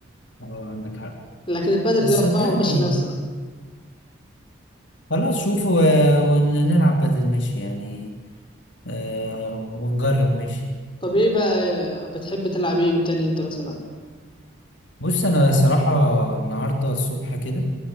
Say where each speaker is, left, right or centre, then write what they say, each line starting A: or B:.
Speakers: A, on the left; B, on the left.
A: اه عندك حق
B: لكن البادل
A: بس
B: دي أربعة
A: صدقني
B: ونمشي نفسنا
A: خلاص شوف و- ونلعب بدل ماشي يعني آه، ونجرب ماشي
B: طب ايه بقى آه، بتحب تلعب ايه بالتاني انت مثلا
A: بص أنا صراحة النهاردة الصبح كده